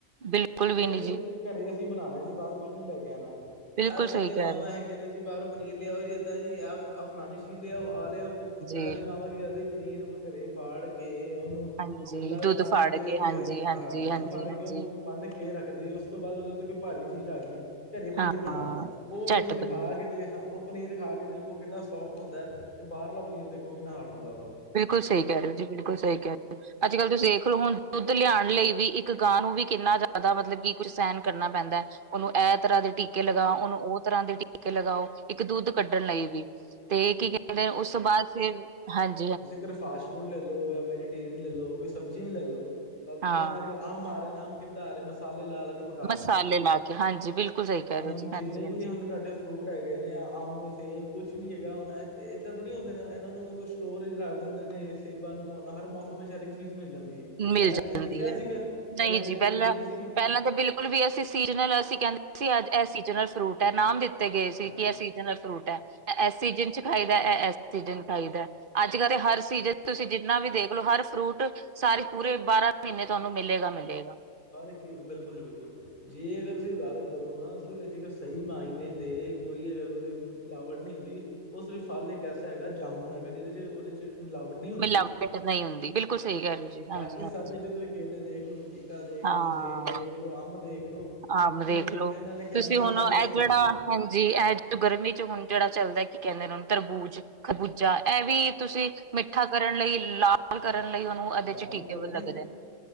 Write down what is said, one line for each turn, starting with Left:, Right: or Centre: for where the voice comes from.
Right: ਬਿਲਕੁਲ
Left: ਓ
Right: ਵੀ ਨੀ
Left: ਕੈਂਦੇ
Right: ਜੀ
Left: ਸੀ ਘਰੇ ਅਸੀ ਬਨਾਣਾ ਜੀ ਬਾਰੋਂ ਕੁਛ ਨੀ ਲੈ ਕੇ ਆਣਾ
Right: ਬਿਲਕੁਲ
Left: ਤੇ ਆੱਜ-ਕਾੱਲ
Right: ਸਹੀ
Left: ਦੀਆਂ
Right: ਕਹਿ
Left: ਮਾਵਾਂ
Right: ਰਹੇ ਹੋ
Left: ਹੈਗੀਆਂ ਨੇ ਜੀ ਬਾਰੋਂ ਪਨੀਰ ਲਿਆਓ ਜੀ ਏਦਾਂ ਜੀ ਆ ਫਲਾਣੀ ਚੀਜ਼ ਲੇ ਆਓ, ਆ ਲੇ ਆਓ। ਪੈਲਾਂ
Right: ਜੀ
Left: ਦੀ ਮਾਵਾਂ ਕੀ ਕਰਦੇ ਪਨੀਰ ਵ ਘਰੇ ਫਾੜ ਕੇ ਓਨੂੰ ਇਕੱਲਾ
Right: ਹਾਂਜੀ ਦੁੱਧ
Left: ਬੰਨ
Right: ਫਾੜ
Left: ਕੇ ਗਿਆ
Right: ਹਾਂਜੀ ਹਾਂਜੀ
Left: ਹਾਂ ਦੁੱਧ
Right: ਹਾਂਜੀ
Left: ਫਾੜ ਕੇ
Right: ਹਾਂਜੀ
Left: ਓਨੂੰ ਬੰਨ੍ਹ ਕੇ ਰੱਖਦੀ ਏ। ਓਸ ਤੋਂ ਬਾਦ ਓਦੇ ਉੱਤੇ ਕੋਈ ਭਾਰੀ ਚੀਜ਼ ਰੱਖ ਦੇਨੀ। ਘਰੇ ਪਨੀਰ
Right: ਹਾਂ
Left: ਬਨਾਨਾ। ਓ ਪਨੀਰ
Right: ਝੱਟ ਬਣੀ
Left: ਖਾ ਕੇ ਤੇ ਹ ਓ ਪਨੀਰ ਖਾ ਕੇ ਦੇਖੋ ਕਿੰਨਾ ਸੋਫਟ ਹੁੰਦੈ ਤੇ ਬਾਹਰਲਾ ਪਨੀਰ ਦੇਖੋ ਕਿੰਨਾ ਹਾਰਡ ਹੁੰਦੈ ਵਾ।
Right: ਬਿਲਕੁਲ ਸਈ ਕੈ ਰੇ ਓ ਜੀ, ਬਿਲਕੁਲ ਸਈ ਕੈ ਰੇ ਓ। ਆੱਜ-ਕਾੱਲ ਤੁਸੀ ਏਖ ਲੋ ਹੁਣ ਦੁੱਧ ਲਿਆਣ ਲਈ ਵੀ ਇੱਕ ਗਾਂ ਨੂੰ ਵੀ ਕਿੰਨਾ ਜ਼ਿਆਦਾ ਮਤਲਬ ਕਿ ਕੁਝ ਸੈਣ ਕਰਨਾ ਪੈਂਦੈ। ਓਨੂੰ ਐ ਤਰ੍ਹਾਂ ਦੇ ਟੀ ਕੇ ਲਗਾ, ਓਨੂੰ ਓ ਤਰ੍ਹਾਂ ਦੇ ਟੀਕੇ ਲਗਾਓ। ਇੱਕ ਦੁੱਧ ਕੱਢਣ ਲਈ ਵੀ ਤੇ ਕੀ ਕੀ ੜੇ ਉਸ ਤੋਂ ਬਾਦ ਫੇਰ ਹਾਂਜ
Left: ਤੁਸੀ ਅਗਰ ਫਾਸਟ ਫੂਡ ਲੱਲ ਲੋ ਯਾਂ ਵੈਜੀਟੇਰੀਅਨ ਲੱਲ ਲੋ, ਕੋਈ ਸਬਜ਼ੀਆਂ ਈ ਲੱਲ ਲੋ ਸਬਜ਼ੀਆਂ
Right: ਹਾਂ।
Left: ਨੇ। ਆੱਜ-ਕਾੱਲ ਅੰਬ ਆ ਰੇ ਨੇ। ਅੰਬ ਕਿੱਦਾਂ ਆ ਰੇ? ਮਸਾਲੇ ਲਾ ਲਾ ਕੇ ਪਕਾ
Right: ਮਸਾਲੇ
Left: ਰਹੇ ਨੇ
Right: ਲਾ ਕੇ ਹਾਂਜੀ ਬਿਲਕੁਲ ਸਹੀ ਕਹਿ
Left: ਹੁਣ
Right: ਰਹੇ ਹੋ ਜੀ
Left: ਜਿੰਨੇ
Right: ਹਾਂਜੀ
Left: ਵੀ
Right: ਹਾਂਜੀ।
Left: ਹਨ ਤੁਹਾਡੇ। ਫਰੂਟ ਹੈਗੇ ਨੇ ਅੰਬ ਸੇਬ ਕੁਛ ਵੀ ਹੈਗਾ ਹੁਣ ਇਹ ਇਹ ਇੱਦਾਂ ਥੋੜ੍ਹੀ ਹੁੰਦੇ ਨੇ ਇਹਨਾਂ ਨੂੰ ਸਟੋਰ ਇਚ ਰੱਖ ਦਿੰਦੇ ਨੇ ਸੇਬਾਂ ਨੂੰ ਅਨਾਰ ਮੌਸਮ ਵਿੱਚ ਹਰ ਇੱਕ ਚੀਜ਼ ਮਿਲ ਜਾਂਦੀ ਹੈ।
Right: ਮਿਲ
Left: ਪਹਿਲਾਂ
Right: ਜਾਂਦੀ
Left: ਕਦੀ ਦੇਖਿਆ
Right: ਹੈ
Left: ਸੀਗਾ
Right: ਨਹੀਂ
Left: ਕਦੀ
Right: ਜੀ ਪਹਿਲਾਂ
Left: ਮਿਲਦੀ ਸੀਗੀ
Right: ਪਹਿਲਾਂ ਤਾਂ ਬਿਲਕੁਲ। ਹੁਣ ਵੀ ਅਸੀਂ ਸੀਜਨਲ ਅਸੀਂ ਕਹਿੰਦੇ ਸੀ ਅੱਜ ਇਹ ਸੀਜਨਲ ਫਰੂਟ ਹੈ ਨਾਮ ਦਿੱਤੇ ਗਏ ਸੀ
Left: ਹਾਂ
Right: ਕਿ ਅਸੀਂ। ਓਰਿਜਿਨਲ ਫਰੂਟ ਹੈ ਇਸ ਸੀਜਨ ਚ ਖਾਈਦਾ ਇਹ ਇਸ ਸੀਜਨ ਚ ਖਾਈਦਾ ਅੱਜ
Left: ਹਾਂ
Right: ਕੱਲ੍ਹ ਹਰ ਸੀਜਨ। ਤੁਸੀਂ ਜਿੰਨਾ ਵੀ ਦੇਖਲੋ ਹਰ ਫਰੂਟ ਸਾਰੇ ਪੂਰੇ ਬਾਰਾਂ ਮਹੀਨੇ ਤੁਹਾਨੂੰ ਮਿਲੇਗਾ ਮਿਲੇਗਾ।
Left: ਹਰ ਇੱਕ ਚੀਜ਼ ਬਿਲਕੁਲ ਜੀ ਬਿਲਕੁਲ। ਜੇ ਅਗਰ ਤੁਸੀਂ ਗੱਲ ਕਰੋ ਨਾ ਅਸਲ ਵਿੱਚ ਜੇਕਰ ਸਹੀ ਮਾਇਨੇ ਤੇ ਕੋਈ ਅਗਰ ਮਤਲਬ ਮਿਲਾਵਟ ਨਹੀਂ ਹੁੰਦੀ। ਉਹ ਸਿਰਫ ਫਲ ਇੱਕ ਐਸਾ ਹੈਗਾ ਜਾਮੁਨ ਹੈਗਾ ਜਿਹਦੇ ਚ ਉਹਦੇ ਚ ਮਿਲਾਵਟ। ਨੀ ਹੁੰਦੀ
Right: ਮਿਲਾਵਟ ਨਹੀਂ ਹੁੰਦੀ ਬਿਲਕੁਲ ਸਹੀ ਕਹਿ ਰਹੇ ਹੋ ਜੀ ਹਾਂਜੀ
Left: ਬਾਕੀ
Right: ਹਾਂਜੀ
Left: ਸਭ ਵਿੱਚ ਤੁਸੀਂ ਕੇਲੇ ਦੇਖ ਲਓ ਪਪੀ। ਪਪੀਤਾ ਦੇਖ
Right: ਹਾਂ
Left: ਲੋ, ਸੇਬ ਦੇਖ ਲਓ, ਅੰਬ ਦੇਖਲੋ,
Right: ਆਮ
Left: ਲੀਚੀਆ ਦੇਖ ਲੋ ਇਹਨਾਂ ਨੇ ਕੈਮੀਕਲ
Right: ਤੁਸੀਂ ਹੁਣ
Left: ਪਾ
Right: ਇਹ
Left: ਕੇ ਪਕਾਉਣਾ
Right: ਜਿਹੜਾ
Left: ਜੀ।
Right: ਹਾਂਜੀ ਇਹ ਜਿਹੜਾ ਗਰਮੀ ਚ ਹੁਣ ਜਿਹੜਾ ਚੱਲਦਾ ਕੀ ਕਹਿੰਦੇ ਨੇੁ ਉਹਨੂੰ ਤਰਬੂਜ। ਖਬੂਜਾ ਇਹ ਵੀ ਤੁਸੀਂ ਮਿੱਠਾ ਕਰਨ ਲਈ ਲਾਲ ਕਰਨ ਲਈ ਉਹਨੂੰ ਉਹ ਉਦੇ
Left: ਲਾਲ
Right: ਵਿੱਚ ਟੀਕੇ
Left: ਹੀ ਕਰਦੇ
Right: ਵੀ
Left: ਨੇ
Right: ਲੱਗਦੇ